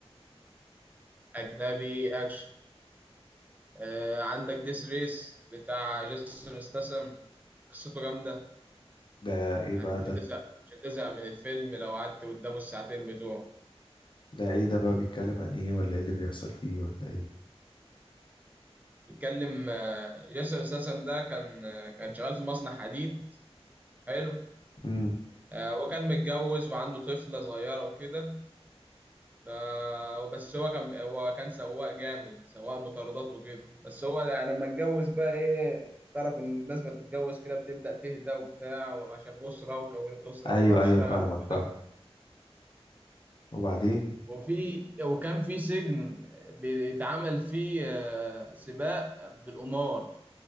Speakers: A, on the right; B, on the left.
A: أجنبي أكشن آه عندك ديس ريس بتاع جيسون استسم قصته جامدة
B: ده ايه بقى
A: يعني مش
B: ده
A: هتزهق مش هتزهق من الفيلم لو قعدت قدامه الساعتين بتوعه
B: ده ايه ده بقى بيتكلم عن ايه ولا ايه اللي بيحصل فيه ولا ايه
A: بيتكلم آه، جيسون استسم ده كان آه، كان شغال في مصنع حديد حلو
B: امم
A: آه، هو كان متجوز وعنده طفلة صغيرة وكده ف- بس هو كان هو كان سواق جامد سواق مطاردات وكده بس هو يعني لما اتجوز بقى ايه تعرف ان الناس ما تتجوز كده بتبدأ تهدى وبتاع وعشان أسرة وكونت أسرة
B: ايوه
A: وطلعت
B: ايوه
A: تشتغل
B: فاهمك
A: وكده
B: فاهم وبعدين
A: وفي وكان في سجن بيتعمل فيه آه، سباق بالقمار